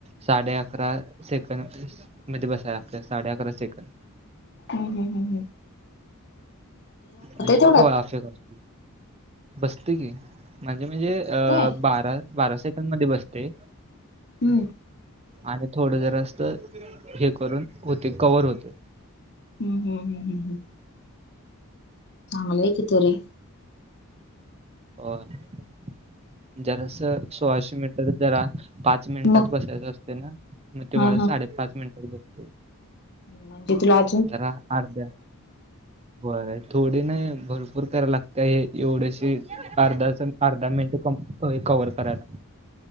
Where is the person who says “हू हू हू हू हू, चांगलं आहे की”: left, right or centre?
Left